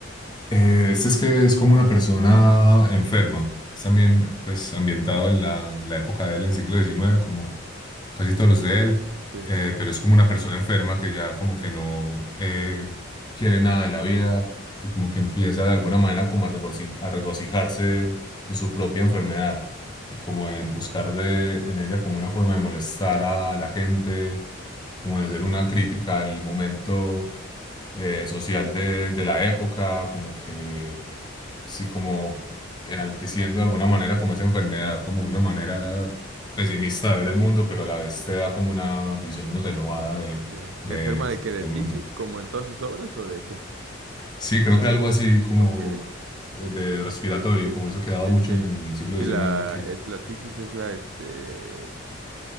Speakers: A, on the left; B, on the right.
A: eh, este es que es como una persona enferma. Es también, pues, ambientado en la, en la época de él, en el siglo diecinueve como casi todos los de él,
B: Sí.
A: eh, pero es como una persona enferma que ya como que no eh, quiere nada de la vida y como que empieza de alguna manera como a, regoci- a regocijarse en su propia enfermedad y como en buscar de, en ella como una forma de molestar a la gente, como de hacer una crítica al momento eh, social de, de la época, como que sí, como enalteciendo de alguna manera como esa enfermedad, como una manera pesimista de ver el mundo, pero a la vez te da como una visión muy renovada de,
B: Ok.
A: de-
B: ¿Enferma de qué? ¿De
A: del
B: tisis?
A: mundo.
B: ¿Como en todas sus obras o de qué?
A: Sí, creo que algo así como
B: Ok.
A: eh, de respiratorio, como eso que daba
B: Sí,
A: mucho
B: sí.
A: en, en el siglo XIX,
B: Sí, la,
A: que
B: es, la tisis es la, este,